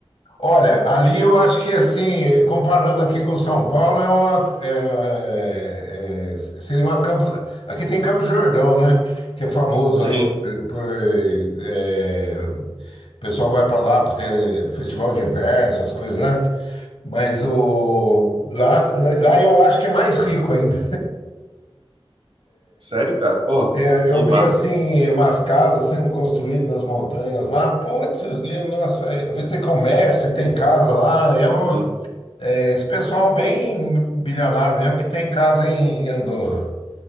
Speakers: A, on the left; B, on the right.
A: Olha, ali eu acho que assim, comparando aqui com São Paulo, é uma, é- é- é, seria uma Campo. Aqui tem Campo Jordão, né? Que é famoso
B: Sim.
A: aí por, por, é, o pessoal vai para lá para ter festival de inverno, essas coisas, né? Mas o lá, lá eu acho que é mais rico ainda.
B: Sério, cara? Porra,
A: É,
B: que
A: eu
B: massa.
A: vi assim umas casas sendo construídas nas montanhas lá. Putz, nossa, é, eu vi dizer que o Messi tem casa lá. É, um,
B: Sim.
A: é esse pessoal bem bilionário mesmo que tem casa em, em Andorra.